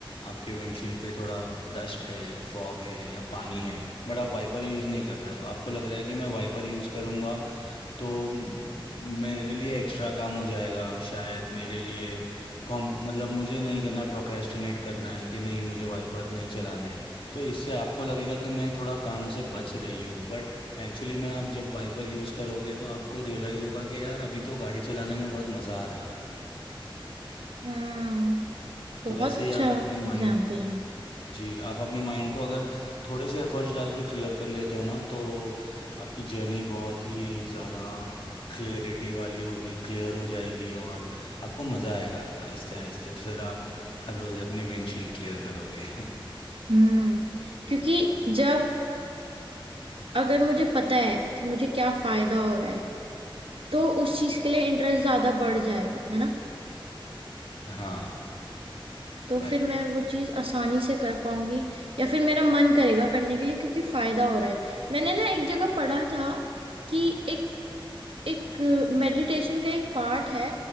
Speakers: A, on the left (about 75°); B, on the right (about 75°).
A: आपके विंडशील्ड पे थोड़ा डस्ट है फॉग है या पानी है बट आप वाइपर यूज़ नहीं कर रहे हो आपको लग रहा है कि मैं वाइपर यूज़ करूँगा तो म- मेरे लिए एक्स्ट्रा काम हो जाएगा शायद मेरे लिए कॉम मतलब मुझे नहीं करना है प्रोक्रेस्टिनेट करना है कि नहीं मुझे वाइपर नहीं चलाना है तो इससे आपको लगेगा कि मैं थोड़ा काम से बच रही हूँ बट एक्चुअली में आप जब वाइपर यूज़ करोगे तो आपको रियलाइज़ होगा कि यार अभी तो गाड़ी चलाने में बहुत मज़ा आ रहा है
B: हाँ बहुत
A: तो वैसे
B: अच्छा
A: ही आप अपने माइंड
B: एग्जाम्पल है
A: जी आप अपने माइंड को अगर थोड़े से एफर्ट्स डाल के क्लियर कर लेते हो ना तो आपकी जर्नी बहुत ही ज़्यादा क्लियरिटी वाली होगी क्लियर हो जाएगी और आपको मज़ा आएगा आहिस्ते आहिस्ते फिर आप हर रोज़ अपनी विंडशील्ड क्लियर करोगे
B: हम्म क्योंकि जब अगर मुझे पता है कि मुझे क्या फायदा हो रहा है तो उस चीज के लिए इंटरेस्ट ज्यादा बढ़ जाएगा है ना
A: <laughs> हाँ
B: तो फिर
A: राइट
B: मैं वो चीज आसानी से कर पाऊंगी या फिर मेरा मन करेगा करने के लिए क्योंकि फायदा हो रहा है मैंने ना एक जगह पढ़ा था कि एक एक मेडिटेशन का एक पार्ट है